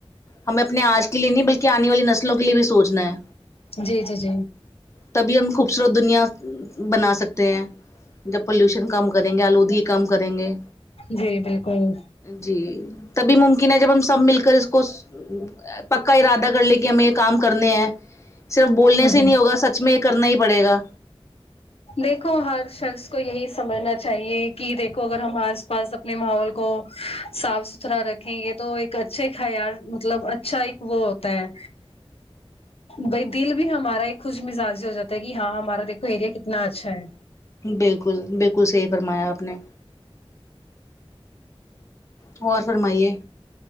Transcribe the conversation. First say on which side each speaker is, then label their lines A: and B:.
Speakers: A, on the left (about 30°); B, on the left (about 70°).
A: ہمیں اپنے آج کے لیے نہیں بلکہ آنے والی نسلوں کے لیے بھی سوچنا ہے
B: جی جی جی
A: تبھی ہم خوبصورت دنیا بنا سکتے ہیں جب پولوشن کم کریں گے آلودگی کم کریں گے
B: جی بالکل
A: جی تبھی ممکن ہے جب ہم سب مل کر اس کو پکا ارادہ کر لے کہ ہمیں یہ کام کرنے ہیں صرف بولنے
B: ہ
A: سے
B: ہ
A: ہی نہیں ہوگا سچ میں یہ کرنا ہی پڑے گا
B: دیکھو ہر شخص کو یہی سمجھنا چاہیے کہ دیکھو اگر ہم آس پاس اپنے ماحول کو صاف ستھرا رکھیں یہ تو ایک اچھے خیال مطلب ا چھا ایک وہ ہوتا ہے بھائی دل بھی ہمارا ہی خوش مزاجی ہو جاتا ہے کہ ہاں ہمارا دیکھ ایریا کتنا اچھا ہے
A: بالکل بالکل صحیح فرمایا آپ نے اور فرمائیے